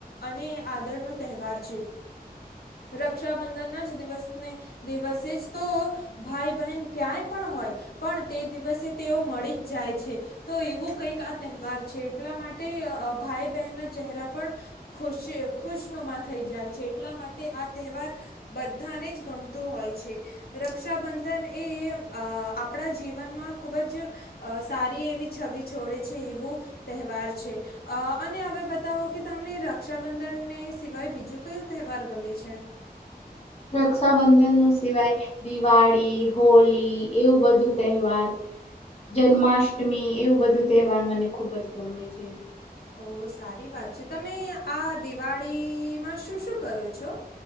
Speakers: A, on the left; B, on the left.
A: અને આદરનો તહેવાર છે. રક્ષાબંધન જ દિવસને દિવસે જ તો ભાઈ બહેન ક્યાંય પણ હોય પણ તે દિવસે તેઓ મળી જ જાય છે તો એવું કંઈક આ તહેવાર છે. છે એટલા માટે ભાઈ બહેન ના ચહેરા પણ ખુશી ખુશનુમા થઈ જાય છે. એટલા માટે આ તહેવાર બધાને જ ગમતો હોય છે. રક્ષાબંધન એ અ આપણા જીવનમાં ખૂબ જ સારી એવી છબી છોડે છે એવું તહેવાર છે. અને હવૂ બતાવો કે તમને રક્ષાબંધનને સિવાય બીજું કયું તહેવાર ગમે? છે.
B: રક્ષાબંધન ન સિવાય દિવાળી, હોલી એવું બધું તહેવાર. જન્માષ્ટમી એવું બધું તહેવાર મને ખુબ જ ગમે છે.
A: ઓ સારી વાત છે, તમે આ દિવાળીમાં શું શું કરો છો.